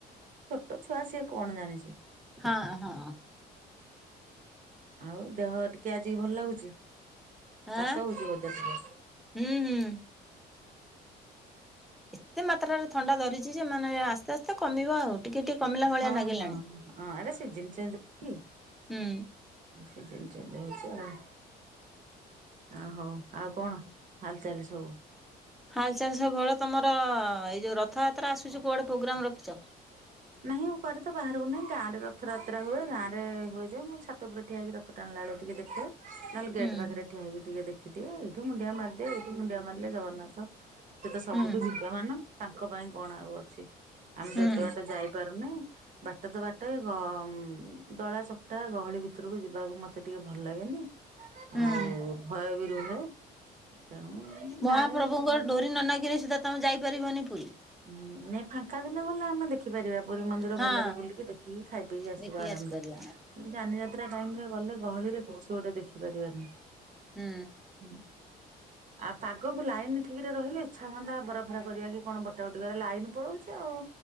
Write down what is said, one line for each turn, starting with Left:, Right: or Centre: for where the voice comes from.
Right: ଛୋଟ ଛୁଆ ସିଏ କଣ ଜାଣିଛି?
Centre: ହଁ ହଁ।
Right: ଆଉ ଦେହ ଟିକେ ଆଜି ଭଲ ଲାଗୁଛି କାଶ
Centre: ଆଁ
Right: ହଉଛି ବୋଧେ ଟିକେ?
Centre: ହୁଁ ହୁଁ। ଏତେ ମାତ୍ରାରେ ଥଣ୍ଡା ଧରିଛି ଯେ ମାନେ ଆସ୍ତେ ଆସ୍ତେ କମିବ ଆଉ। ଟିକେ ଟିକେ କମିଲା ଭଳିଆ
Right: ହଁ
Centre: ନାଗିଲାଣି।
Right: ହଁ ହଁ ଅ ଏଟା ସିଜନ୍ ଚେଞ୍ଜ ହଉନିକି?
Centre: ହୁଁ
Right: ସିଜନ୍ ଚେଞ୍ଜ ହେଇଛି ଆଉ। ଆ ହଉ ଆଉ କଣ ହାଲ ଚାଲ୍ ସବୁ?
Centre: ହାଲଚାଲ ସବୁ ଭଳ ତମର ଏଇ ଯୋଉ ରଥଯାତ୍ରା ଆସୁଛି କୁଆଡେ ପ୍ରୋଗ୍ରାମ ରଖିଛ?
Right: <unintelligible> ନାହିଁ ଆଉ କୁଆଡେ ତ ବାହାରକୁ ନାହିଁ ଗାଁରେ ରଥଯାତ୍ରା ହୁଏ ଗାଁରେ ହୁଏ ଯେ ମୁଁ ଏ ଛାତ ଉପୁର ଠଆ ରଥ ଟାଣିଲା ବେଳେ ଟିକେ ଦେଖେ। ନହେଲେ ଗେଟ୍
Centre: ହୁଁ
Right: ପାଖରେ ଠିଆ ହେଇକି ଟିକେ ଦେଖିଦିଏ ଏଇଠି ମୁଡିଆ ମାରିଦିଏ ଏଇଠି ମୁଣ୍ଡିଆ ମାରିଲେ ଜଗନ୍ନାଥ ସେ ତ ସବୁଠୁ
Centre: ହୁଁ
Right: ବିଦ୍ୟ ମାନ ତାଙ୍କ ପାଇଁ କଣ ଆଉ ଅଛି। ଆମେ
Centre: ହୁଁ
Right: ଯେ ଏତେ ବାଟ ଯାଇପାରୁନେ ବାଟ ତ ବାଟ ଏ ଗମ ଦଳା ଚ ଟା ଗହଳି ଭିତରକୁ ଯିବାକୁ ମତେ ଟିକେ ଭଲ ଲାଗେନି
Centre: ହୁଁ
Right: ଆଉ ଭୟ ବି ରୁହେ। ତେଣୁ
Centre: ମହାପ୍ରଭୁଙ୍କର
Right: ଗାଁରେ
Centre: ଡୋରି ନ ନାଗିରେ ସିଧା ତମେ ଯାଇପାରିବନି ପୁରୀ।
Right: ଉଁ ନେପ ଫାଙ୍କା ଦିନେ ଗଲେ ଆମେ ଦେଖିପାରିବା ପୁରୀ ମନ୍ଦିର
Centre: ହଁ
Right: ଭଲରେ ବୁଲିକି ଦେଖିକି ଖାଇ ପିଇକି ଆସିବ
Centre: ଦେଖିକି
Right: ଆରାମ
Centre: ଆସିପାରିବ
Right: ରେ। ଏ ଯାନିଯାତ୍ରା ଟାଇମ୍ ରେ ଗଲେ ଗହଳି ରେ କିଛି ଗୋଟେ ଦେଖି ପାରିବାନି।
Centre: ହୁଁ।
Right: ହୁଁ ଆ ପାଗକୁ ଲାଇନ୍ ଠିକ୍ ରେ ରହିଲେ ଇଚ୍ଛା ହୁଅନ୍ତା <unintelligible> କରିବା କି କଣ ବଟା ବଟି କରିବା ଲାଇନ୍ ପଳଉଚି ଆଉ।